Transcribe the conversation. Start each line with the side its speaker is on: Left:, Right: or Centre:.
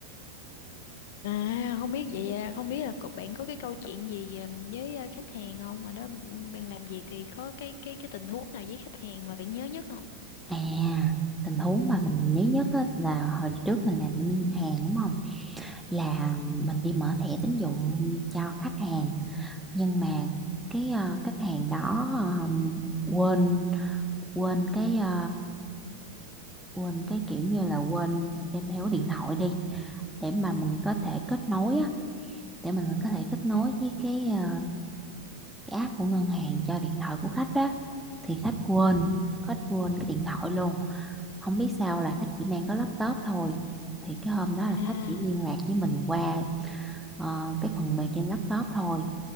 Left: à không biết vậy à, không biết là cậu bạn có cái câu chuyện gì ờ, với ờ, khách hàng không mà đó ừ, bạn làm việc thì có cái cái cái tình huống nào với khách hàng mà bạn nhớ nhất không
Centre: à tình huống mà mình nhớ nhất á, là hồi trước mình làm bên ngân hàng đúng không là mình đi mở thẻ tín dụng cho khách hàng nhưng mà cái ờ, khách hàng đó ờ, quên quên cái ờ, quên cái kiểu như là quên đem theo cái điện thoại đi để mà mình có thể kết nối á để mình có thể kết nối
Left: ừ
Centre: với cái ờ, cái app của ngân hàng cho điện thoại của khách đó thì khách quên
Left: ừ
Centre: khách quên cái điện thoại luôn không biết sao là khách chỉ mang có laptop thôi thì cái hôm đó
Left: à
Centre: là khách chỉ liên lạc với mình qua ờ, cái phần mềm trên laptop thôi